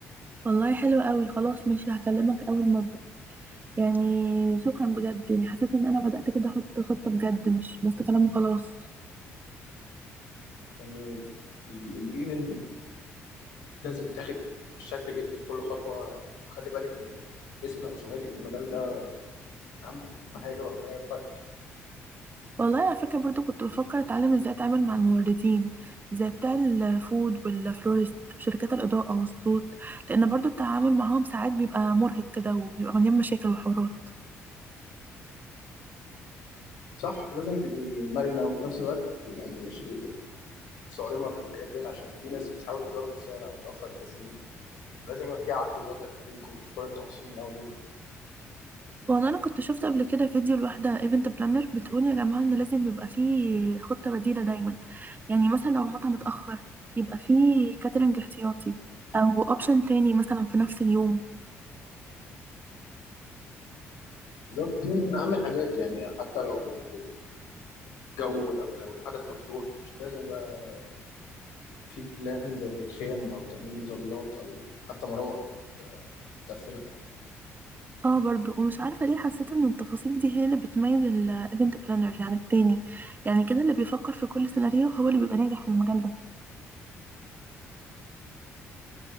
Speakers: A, on the right; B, on the left.
A: والله حلو قوي خلاص ماشي هكلمك اول ما ابدا يعني شكرا بجد يعني حسيت ان انا بدأت كده احط خطة بجد مش بس كلام وخلاص
B: يعني ال- الايفنت لازم يتاخد بشكل جدي في كل خطوه يعني وخلي بالك ان اسمك وسمعتك في المجال ده اهم حاجه وربنا يوفقك
A: والله على فكرة برضو كنت بفكر اتعلم ازاي اتعامل مع الموردين زي بتاع الفود والفلورست وشركات الاضاءة والصوت لان برضو التعامل معاهم ساعات بيبقى مرهق كده وبيبقى مليان مشاكل وحوارات
B: صح لازم تبقي مرنه وفي نفس الوقت يعني مش صارمه في الحاجات ديت عشان في ناس بتحاول تزود السعر او تاخر التسليم لازم يبقى في عقد واضح بينكم في كل التفاصيل من اول يوم
A: والله انا كنت شفت قبل كده فيديو لواحدة ايفنت بلانر بتقول يا جماعة ان لازم يبقى فيه خطة بديلة دايما يعني مثلا لو المطعم اتأخر يبقى فيه كاترينج احتياطي او اوبشن تاني مثلا في نفس اليوم
B: بالظبط دي من اهم الحاجات يعني حتى لو جو لو لو الحدث مفتوح مش لازم يبقى في بلان زي الخيم او تامين مظلات او حتى مراوح تقفلها
A: اه برضو ومش عارفة ليه حسيت ان التفاصيل دي هي اللي بتميز الايفنت بلانر عن التاني يعني كده اللي بيفكر في كل سيناريو هو اللي بيبقى ناجح في المجال ده